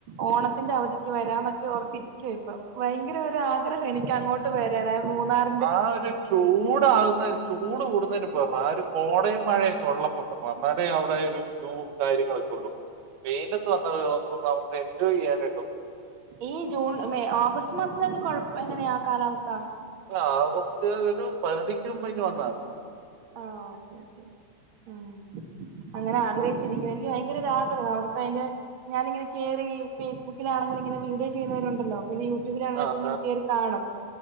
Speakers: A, on the right (about 55°); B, on the right (about 70°).
A: ഓണത്തിന്റെ അവധിക്ക് വരാന്നൊക്കെ ഓർത്തിരിക്കുവാരുന്നു ഭയങ്കര ഒരു ആഗ്രഹവാ എനിക്ക് അങ്ങോട്ട് വരാനായി മൂതാപ്പാ
B: ആ ഒരു ചൂടാകുന്നതി ചൂട് കൂടുന്നതിന് മുൻപ് വരണം ആ ഒരു കോടയും മഴയൊക്കെ ഉള്ളപ്പം വരണം എന്നാലേ അവിടെ ഒരു ജോബും കാര്യങ്ങളൊക്കെ ഉള്ളൂ വെയിലത്തു വന്നന്ന് നമുക്ക് എൻജോയ് ചെയ്യാനായിട്ടും
A: ഈ ജൂൺ മെയ ഓഗസ്റ്റ് മാസത്തിലൊക്കെ കുഴപ്പം എങ്ങനെയാ കാലാവസ്ഥ
B: ആഓഗസ്റ്റ് ഒരു പകുതിക്ക് മുമ്പ് ഇങ്ങു വന്നാൽ മതി
A: ആ ഓക്കെ ഓക്കേ ഉം അങ്ങനെ ആഗ്രഹിച്ചിരിക്കുവാ എനിക്ക് ഭയങ്കര ഒരു ആഗ്രഹം അവിടുത്തെ അതിന്റെ ഞാനിങ്ങനെ കേറി ഫേസ്ബുക്കിലാണെങ്കിലിങ്ങനെ വീഡിയോ ചെയുന്നവരുണ്ടല്ലോ പിന്നെ യൂട്യൂബിലാണങ്കിലൊക്കെ
B: ആഹ്
A: ഇങ്ങനെ
B: ആഹ്
A: കേറി കാണും